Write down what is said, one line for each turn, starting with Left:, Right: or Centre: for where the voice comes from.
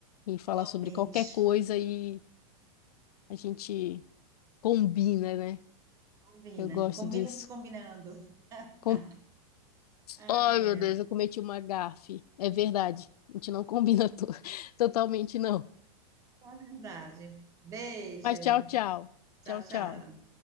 Left: e falar
Right: Igualmente.
Left: sobre qualquer coisa e a gente combina, né?
Right: Combina.
Left: Eu gosto
Right: Combina
Left: disso.
Right: descombinando. <laughs>
Left: Com...
Right: Ai,
Left: Ai, meu
Right: é.
Left: Deus, eu cometi uma gafe. É verdade. A gente não combina to- <laughs> totalmente, não.
Right: Tá verdade. Beijo.
Left: Mas tchau, tchau.
Right: Tchau,
Left: Tchau,
Right: tchau.
Left: tchau.